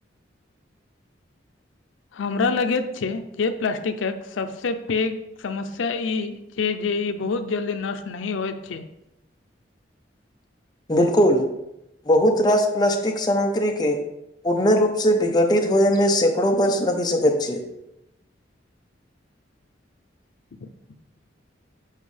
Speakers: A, on the left (about 80°); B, on the left (about 20°).
A: हमरा लगैत छैय जे प्लास्टिक सबसे पैघ समस्या ई छैय जे ई बहुत जल्दी नष्ट नही होयत छैय।
B: बिल्कुल बहुत रास प्लास्टिक सामग्रीक के पूर्ण रूपसँ विघटित होइमे सैकड़ो वर्ष लगि सकैत छैय।
A: <inaudible>